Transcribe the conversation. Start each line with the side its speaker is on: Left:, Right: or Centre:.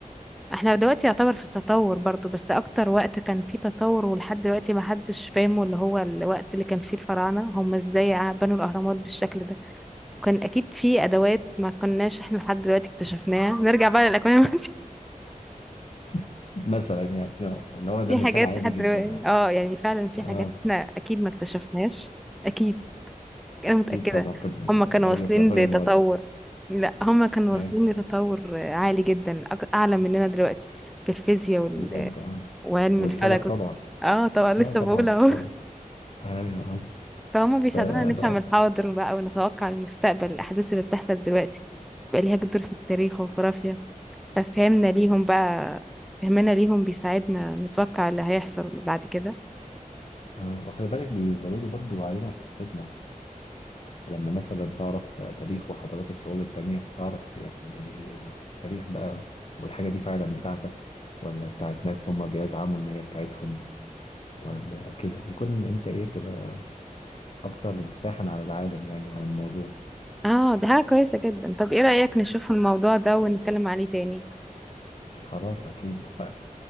Centre: احنا دلوقتي يعتبر في التطور برضو بس اكتر وقت كان فيه تطور ولحد دلوقتي ما حدش فاهمه اللي هو الوقت اللي كان فيه الفراعنة هم ازاي ع- بنوا الاهرامات بالشكل ده وكان اكيد فيه ادوات ما كناش احنا لحد دلوقتي اكتشفناها نرجع بقى للاكوان المائية.
Left: <laughs> مثلا يعني آه، اللي
Centre: <laughs>
Left: هو ده
Centre: في
Left: مثال
Centre: حاجات
Left: عادي
Centre: لحد
Left: جدا
Centre: دلوقتي
Left: آه
Centre: اه يعني فعلا في
Left: آه
Centre: حاجات احنا اكيد ما اكتشفناش اكيد انا متأكدة
Left: أكيد طبعا في, ال-
Centre: هم
Left: في
Centre: كانوا
Left: أيوه
Centre: واصلين
Left: في الأكوان
Centre: لتطور
Left: الموازي
Centre: لا هم كانوا
Left: آه
Centre: واصلين لتطور عالي جدا أك- اعلى مننا دلوقتي في الفيزياء
Left: بجد آه
Centre: وعلم
Left: والفلك
Centre: الفلك
Left: طبعا
Centre: و- اه طبعا لسه
Left: آه طبعا
Centre: بقول
Left: في
Centre: اهو
Left: الفلك
Centre: <laughs>
Left: ايوه آه.
Centre: فهم بيساعدونا
Left: ف
Centre: نفهم
Left: بقى
Centre: الحاضر بقى ونتوقع المستقبل الأحداث اللي بتحصل دلوقتي بقى ليها دور في التاريخ والجغرافيا ففهمنا ليهم بقى فهمنا ليهم بيساعدنا نتوقع اللي هيحصل بعد كده
Left: آه، وخلي بالك بيزودوا برضو وعينا وثقافتنا لما مثلا تعرف آه، تاريخ وحضارات الشعوب التانية تعرف يعني آه، التاريخ بقى والحاجة دي فعلا بتاعتك ولا بتاعت ناس هما بيزعموا إن هي بتاعتهم ولا كده ويكون أنت إيه بتبقى أكتر انفتاحا على العالم يعني وعلى الموضوع
Centre: اه ده حاجة كويسة جدا طب ايه رأيك نشوف الموضوع ده ونتكلم عليه تاني
Left: خلاص أكيد فأكيد